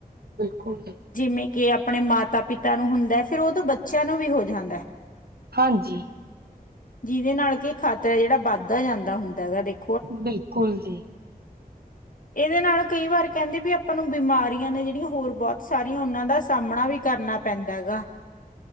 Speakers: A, on the right (about 75°); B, on the left (about 60°).
A: ਬਿਲਕੁਲ ਜੀ।
B: ਜਿਮੇ ਕਿ ਅਪਣੇ ਮਾਤਾ-ਪਿਤਾ ਨੂੰ ਹੁੰਦੈ, ਫੇਰ ਓਦੋਂ ਬੱਚੇਆਂ ਨੂੰ ਵੀ ਹੋ ਜਾਂਦੈ।
A: ਹਾਂਜੀ।
B: ਜਿਦੇ ਨਾਲ ਕਿ ਖਾਤ ਐ ਜੜਾ ਬਾਦ ਓ ਜਾਂਦਾ ਹੁੰਦਾ ਹੈਗਾ ਦੇਖ
A: ਬਿਲਕੁਲ ਜੀ।
B: ਏਦੇ ਨਾਲ ਕਈ ਵਾਰ ਕੈਂਦੇ ਵੀ ਅਪਾਂ ਨੂੰ ਬਿਮਾਰੀਆਂ ਨੇ ਜੇੜੀਆਂ ਹੋਰ ਬੋਤ ਸਾਰੀਆਂ ਓਨਾਂ ਦਾ ਸਾਮਣਾ ਵੀ ਕਰਨਾ ਪੈਂਦਾ ਐਗਾ।